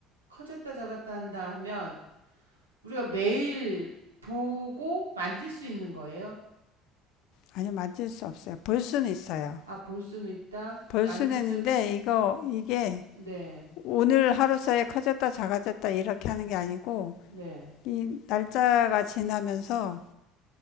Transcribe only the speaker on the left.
아니, 만질 수 없어요. 볼 수는 있어요.
볼
수는
있는데, 이거, 이게
오늘 하루 사이에 커졌다, 작아졌다, 이렇게 하는 게 아니고,
이 날짜가 지나면서,